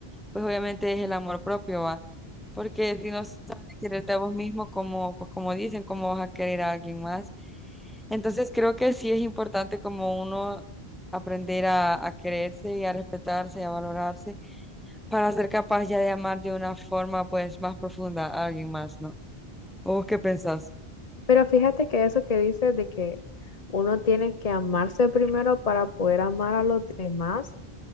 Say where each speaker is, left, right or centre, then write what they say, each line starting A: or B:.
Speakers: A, in the centre; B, on the left.
A: pues obviamente es el amor propio, ¿va? Porque si no sabes quererte a vos mismo, como, pues como dicen, ¿cómo vas a querer a alguien más? Entonces creo que sí es importante como uno aprender a, a quererse y a respetarse y a valorarse para ser capaz ya de amar de una forma pues más profunda a alguien más, ¿no? ¿O vos qué pensás?
B: Pero fíjate que eso que dices de que uno tiene que amarse primero para poder amar a los demás